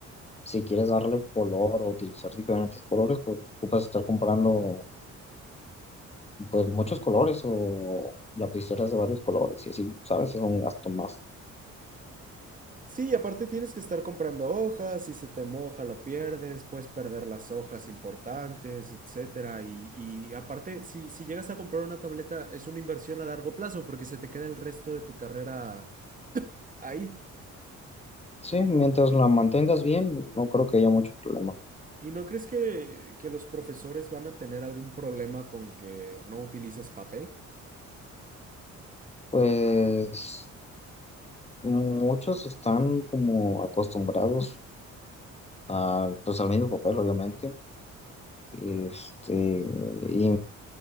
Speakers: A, on the left (about 20°); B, on the right (about 25°).
A: si quieres darle color o utilizar diferentes colores, pues ocupas estar comprando pues muchos colores o lapiceras de varios colores y así, ¿sabes? Es un gasto más.
B: Sí, y aparte tienes que estar comprando hojas, si se te moja lo pierdes, puedes perder las hojas importantes, etcétera. Y, y aparte, si, si llegas a comprar una tableta, es una inversión a largo plazo porque se te queda el resto de tu carrera ahí.
A: Sí, mientras la mantengas bien, no creo que haya mucho problema.
B: ¿Y no crees que, que los profesores van a tener algún problema con que no utilices papel?
A: Pues muchos están como acostumbrados a, pues al mismo papel, obviamente. Este, y